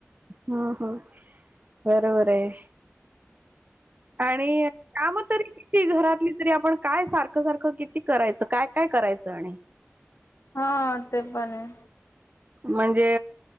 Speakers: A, on the right; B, on the left.
A: हम् ह बरोबर आहे. आणि काम तरी किती घरातली तरी आपण काय सारखं सारखं किती करायचं काय काय करायचं आणि.
B: हा ते पण आहे.
A: म्हणजे